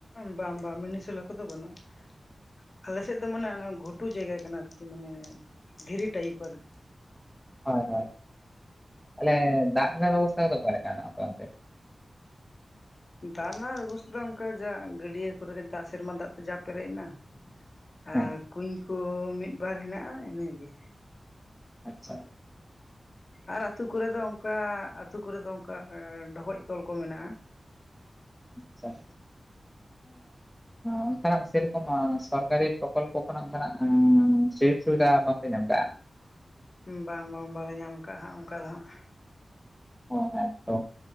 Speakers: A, on the left; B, in the centre.
A: ᱵᱟᱝ ᱵᱟᱝ ᱢᱤᱱᱤᱤᱥᱞᱮ ᱠᱚᱫᱚ ᱵᱟᱹᱱᱩᱜᱼᱟ ᱟᱞᱮᱥᱮᱫ ᱫᱚ ᱢᱟᱱᱮ ᱚᱱᱟ ᱜᱷᱩᱴᱩ ᱡᱟᱭᱜᱟ ᱠᱟᱱᱟ ᱟᱨᱠᱤ ᱢᱟᱱᱮ ᱫᱷᱤᱨᱤ ᱴᱟᱭᱤᱯ ᱟᱨᱠᱤ
B: ᱦᱳᱭ ᱦᱳᱭ ᱛᱟᱦᱚᱞᱮ ᱫᱟᱜ ᱨᱮᱱᱟᱜ ᱵᱮᱵᱚᱥᱛᱷᱟ ᱠᱚᱫᱚ ᱚᱠᱟ ᱞᱮᱠᱟ ᱟᱯᱮ ᱚᱱᱛᱮ?
A: ᱫᱟᱜ ᱨᱮᱱᱟᱜ ᱵᱮᱵᱚᱥᱛᱷᱟ ᱫᱚ ᱚᱱᱠᱟ ᱡᱟ ᱜᱟᱹᱰᱭᱟᱹ ᱠᱚᱨᱮ ᱫᱟᱜ ᱥᱮᱨᱢᱟ ᱫᱟᱜ ᱛᱮ ᱡᱟ ᱯᱮᱨᱮᱡ ᱮᱱᱟ᱾ ᱟᱨ
B: ᱦᱮᱸ
A: ᱠᱩᱧ ᱠᱚ ᱢᱤᱫᱵᱟᱨ ᱦᱮᱱᱟᱜᱼᱟ ᱟᱨ ᱤᱱᱟᱹᱜᱮ
B: ᱟᱪᱪᱷᱟ
A: ᱟᱨ ᱟᱹᱛᱩᱳ ᱠᱚᱨᱮᱮᱫᱚ ᱚᱱᱠᱟ ᱟᱹᱛᱩᱳ ᱠᱚᱨᱮᱮᱫ ᱫᱚ ᱚᱱᱠᱟ ᱰᱷᱠᱚᱡ ᱠᱚᱞ ᱠᱚ ᱢᱮᱱᱟᱜᱼᱟ
B: ᱟᱪᱪᱷᱟ ᱛ ᱚᱱᱠᱟᱱᱟᱜ ᱥᱮᱨᱚᱠᱚᱢ ᱥᱚᱨᱠᱟᱨᱤ ᱯᱨᱚᱠᱚᱞᱯᱚ ᱠᱷᱚᱱᱟᱜ ᱚᱱᱠᱟᱱᱟᱜ ᱥᱩᱡᱳᱜᱽ ᱥᱩᱵᱤᱫᱷᱟ ᱵᱟᱝᱯᱮ ᱧᱟᱢ ᱠᱟᱜᱼᱟ?
A: ᱵᱟᱝ ᱵᱟᱝ ᱵᱟᱞᱮ ᱧᱟᱢ ᱠᱟᱜ ᱦᱟᱸᱜ ᱚᱱᱠᱟ ᱫᱚ ᱦᱟᱸᱜ
B: ᱚ ᱟ ᱛᱚ